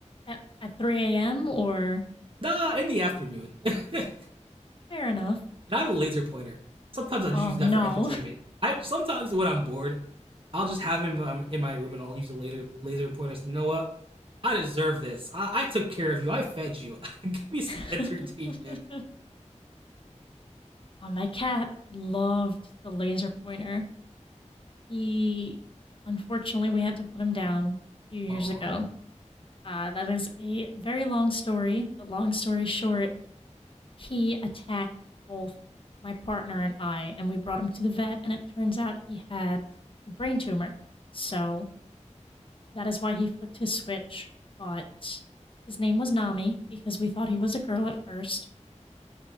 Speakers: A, on the left; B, on the right.
A: at at 3 a.m. Or
B: nah in the afternoon <laughs> and
A: fair enough.
B: i have a laser pointer sometimes i just
A: Oh
B: use
A: no.
B: that for entertainment i sometimes when i'm bored i'll just have him um, in my room and i'll use a laser laser pointer so, you know what i deserve this I, I took care of you i fed you <laughs> give me some
A: <laughs>
B: entertainment
A: Uh, my cat loved the laser pointer. He, unfortunately, we had to put him down a few years
B: aw
A: ago. Uh, that is a very long story, but long story short, He attacked both my partner and I, and we brought him to the vet, and it turns out he had a brain tumor. So that is why he flipped his switch. But his name was Nami because we thought he was a girl at first.